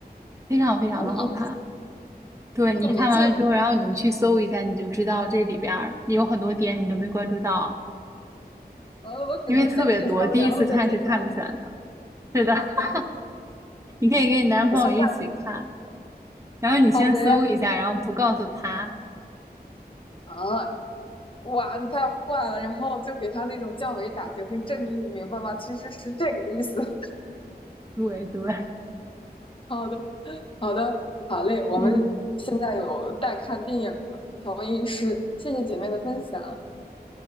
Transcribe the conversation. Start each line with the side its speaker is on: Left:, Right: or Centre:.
Right: 非常非常的好看。
Left: 潮音
Right: 对，
Left: 这个名字
Right: 你看完了之后，然后你去搜一下，你就知道这里边儿有很多点你都没关注到，
Left: <laughs>，呃，我可能先去搜，
Right: 因为特别多，第一次看是看不全的。
Left: 然后再去看。
Right: 是的，<laughs> 你可以跟你男朋友一起看，
Left: 我先看
Right: 然后你先搜一下，
Left: 好的呀，
Right: 然后不告诉他。
Left: 啊，哇，你太坏了，然后就给他那种降维打击，我说珍妮，你明白吗？其实是这个意思。<laughs>
Right: 对对，
Left: 好的，好的，好嘞，我们现在有待看电影了，
Right: <laughs> 嗯，
Left: 调音师，谢谢姐妹的分享。